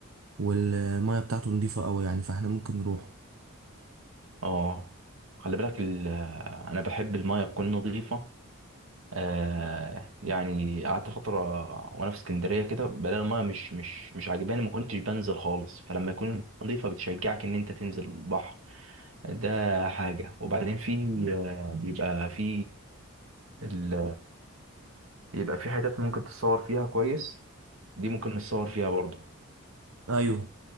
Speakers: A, on the right; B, on the right.
A: والمية بتاعته نضيفة أوي يعني فاحنا ممكن نروح
B: اه خلي بالك ال- آه، انا بحب المايه تكون نظيفه آه يعني قعدت فترة وأنا في اسكندرية كده بلاقي المية مش مش مش عاجباني ما كنتش بنزل خالص فلما يكون نظيفة بتشجعك إن أنت تنزل البحر ده حاجة وبعدين في آه، بيبقى في ال... بيبقى في حتت ممكن تتصور فيها كويس دي ممكن نتصور فيها برضه
A: أيوة